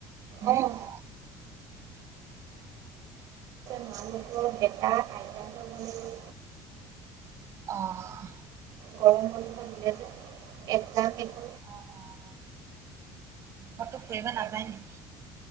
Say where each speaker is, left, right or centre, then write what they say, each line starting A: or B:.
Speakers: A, on the right; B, on the right.
A: হুম!
B: অঁ তোমালোকৰ এটা <unintelligible> বনিলো।
A: অহ।
B: গৰম বন্ধ দিলে যে <unintelligible>
A: অ', অ', অ', <unintelligible> ফুৰিব নাযায়
B: এক
A: নেকি?